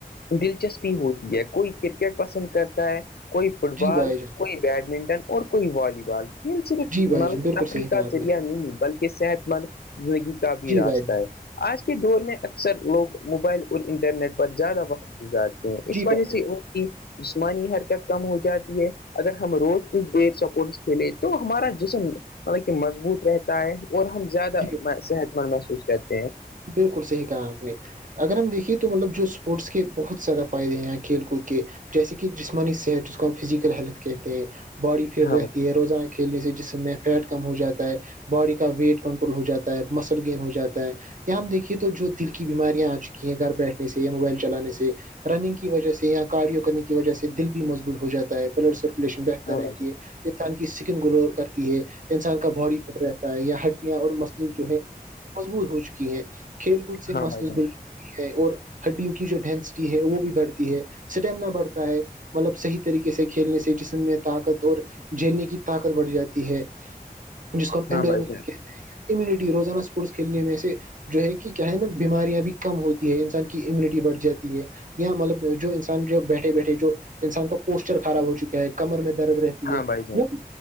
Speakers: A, on the left; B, on the right.
A: دلچسپی ہوتی ہے کوئی کرکٹ پسند کرتا ہے کوئی فٹ
B: جی
A: بال
B: بھائی جان
A: کوئی بیڈمنٹن اور کوئی والی بال صرف
B: جی بھائی
A: ملہ
B: جان بالکل
A: تفریقات
B: صحیح کہا آپ نے
A: ذریعہ نہیںنی بلکہ صحت مند زندگی کا بھی
B: جی
A: راستہ
B: بھائی جان،
A: ہے آج کے دور میں اکثر لوگ موبائل اور انٹرنیٹ پر زیادہ وقت گزارتے ہیں اس
B: جی
A: وجہ
B: بھائی
A: سے ان کی جسمانی حرکت کم ہو جاتی ہے اگر ہم روز کچھ دیر سپورٹ لیے تو ہمارا جسم مطل کہ مضبوط رہتا ہے اور ہم زیادہ
B: جی
A: صحت محسوس کہتا ہوں
B: بالکل صحیح کہا آپ اگر ہم دیکھے تو مطلب جو اسپورٹس کے بہت زیادہ فائدے ہیں کھیل کود کے جیسے کہ جسمانی صحت جس کو ہم فزیکل ہیلتھ کہتے ہیں باڈی فٹ
A: ہاں
B: رہتی ہے روزانہ کھیلنے سے جس میں فیٹ کم ہو جاتا ہے باڈی کا ویٹ کنٹرول ہو جاتا ہے مسل گینین ہو جاتا ہے ہم دیکھیے تو جو دل کی بیماریاں آ چکی ہیں گھر بیٹھنے سے یا موبائل چلانے سے رننگ کی وجہ سے یا کارڈیو کرنے کی وجہ سے دل بھی مضبوط ہو جاتا ہے بلڈ سک بہتر
A: بھائی
B: رہتی ہے انسان کی سکن گلو کرتی ہے انسان کا باڈی فٹ رہتا ہے یا اور مثلس جو ہے مضبوط ہو چکی ہیں کھیل کود سے
A: ہاں
B: مسلس
A: بھائی جان
B: ب ہے اور ہڈیوں کی جو ڈینسٹی ہے وہ بھی بڑھتی ہے اسٹیمنا بڑھتا ہے مطلب صحیح طریقے سے کھیلنے سے جسم میں طاقت اور جھیلنے کی طاقت بڑھ جاتی ہے
A: <unintelligible>
B: جس کو ہمڈ
A: ہاں
B: کہتے
A: بھائی
B: ہیں
A: جان
B: امیونٹی روزانہ اسپورٹس کھیل میں سے جو ہے کہ کیا ہے نا بیماریاں بھی کم ہوتی ہے انسان کی امیونٹی بڑھ جاتی ہے اں مطلب جو انسان جو بیٹھے بیٹھے جو انسان کا پوسچر خراب ہو چکا ہے کمر میں درد رہتا
A: ہاں بھائی جان
B: وہ بھی